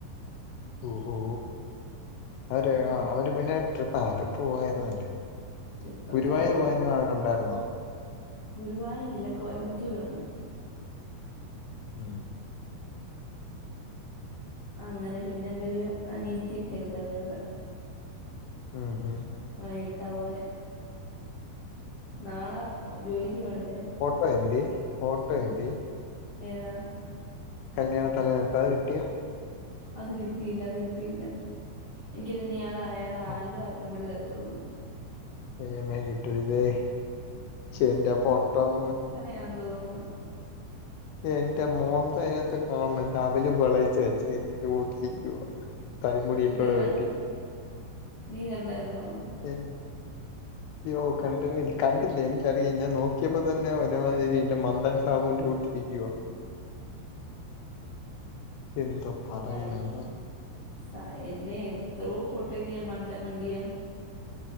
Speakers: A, on the left; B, on the left.
A: ഓഹോ! അവര് അവര് പിന്നെ ട്രിപ്പ് ആ ഡ്രിപ് പോയാരുന്നല്ലോ?
B: ട്രിപ്പൊക്കെ
A: ഗുരുവായൂർ
B: ഉള്ളു
A: പോയന്ന് അവരുണ്ടായിരുന്നോ?
B: ഗുരുവായൂരില്ല കോയമ്പത്തൂര് വന്നു.
A: അ ആ
B: അങ്ങനെ പിന്നെ എന്റെരു അനിയത്തി ക്കെണ്ടായിരുന്നു ഇവിടെ.
A: ആ ഹെ
B: വൈകിട്ടാ പോയെ. നാളെ ജോലിക്ക് പോവെണ്ടേ?
A: ഫൈനലി ഓട്ടോ <unintelligible>
B: ഏതാ
A: കല്യാണ തലേന്ന്ട്തത്താ കിട്ടി
B: അത് കിട്ടിയില്ല അത് കിട്ടിയില്ല എനിക്കതിനിയാൾ അയാൾ ആൽബം
A: ഓ
B: അറക്കുമ്പോഴേ തരത്തുള്ളൂ
A: എമ്മേൻ കിട്ടരുത് ചേന്റെ പൊട്ടം
B: വേണം തോന്നുന്നു
A: എന്റെ മോന്ത അതിനകത്ത് കാണണം അവല് വിളയിച്ച വച്ചേ ന്റെ കൂട്ടിരിക്കുവ കരിമുടിയിലൂടെ
B: നീ ക-
A: വെട്ടി
B: നീ കണ്ടാരുന്നോ?
A: ഏഹ് അയ്യോ കണ്ട് കണ്ടില്ലേ എനിക്കറിയാം ഞാൻ നോക്കിയപ്പോ തന്നെ ഒരുമാതിരിഇല്ല മന്ദൻ സാബുന്റെ കൂട്ട് <unintelligible> എന്തോ പറയ്ണ്
B: ഏ,
A: ന്ന്
B: സ എന്നെ എത്രോ ഫോട്ടോയിൽ ഞാൻ മണ്ട മണ്ടിയാ